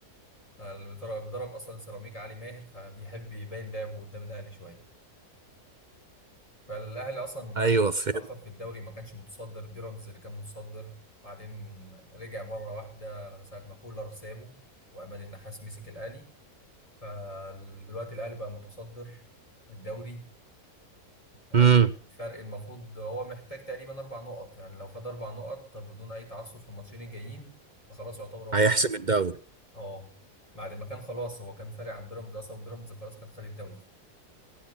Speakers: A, on the left; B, on the right.
A: اللي بيضرب بيضرب اصلا سيراميك علي ماهر فبيحب يبين لعبه قدام الاهلي شويه فالاهلي اصلا
B: ايوه فهمت
A: اتاخر في الدوري ما كانش متصدر بيراميدز اللي كان متصدر وبعدين رجع مره واحده من ساعه ما كولر سابه وعماد النحاس مسك الاهلي فدلوقتي الاهلي بقى متصدر الدوري يعني
B: امم
A: الفرق المفروض هو محتاج تقريبا اربع نقط يعني لو خد اربع نقط طب بدون اي تعثر في الماتشين الجايين فخلاص يعتبر هو
B: هيحسم
A: خد
B: الدوري
A: اه بعد ما كان خلاص هو كان فارق عن بيراميدز اصلا بيراميدز خلاص كان خد الدوري